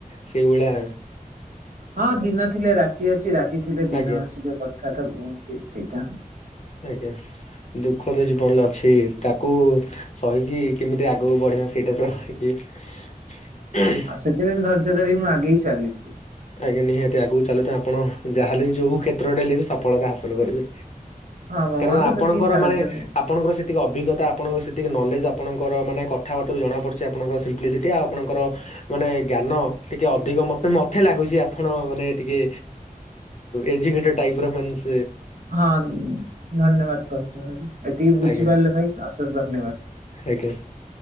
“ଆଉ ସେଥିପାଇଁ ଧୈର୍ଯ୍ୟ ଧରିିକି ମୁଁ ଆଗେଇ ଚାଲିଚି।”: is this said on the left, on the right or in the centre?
Right